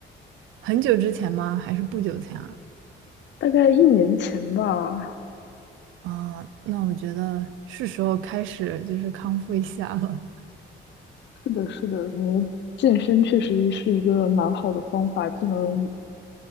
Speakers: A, on the right; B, on the left.
A: 很久之前吗？还是不久前啊？
B: <laughs> 大概一年前吧，
A: 啊，那我觉得是时候开始就是康复一下了。
B: 是的，是的，感觉健身确实是一个蛮好的方法，既能